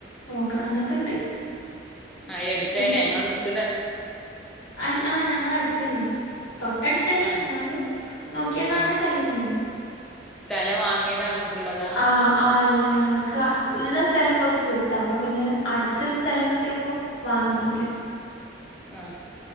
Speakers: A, on the left; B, in the centre.
A: നോക്കണംന്നൊക്കെ ഇണ്ട്
B: ഉം. ആ എടുത്തേനെ
A: ഇനി
B: ഇങ്ങള് നിക്കണ്ട
A: അൽ ആ ഞങ്ങള അടുത്തെന്നെ തൊട്ടടുത്ത് ല്ല
B: ആ
A: <unintelligible> എന്നാലും നോക്കിയാൽ കാണുന്ന
B: ആ
A: സ്ഥലം തന്നെയാണ്
B: സ്ഥലം വാങ്ങിയതാ നിങ്ങക്കുള്ളതാ
A: ആ ആ അല്ല ഞങ്ങൾക്ക് ഉള്ള സ്ഥലം കുറച്ച് വിട്ടാ അപ്പൊ പിന്നെ അടുത്തൊരു സ്ഥലം കിട്ടിയപ്പോ വാങ്ങിയോല്
B: ആ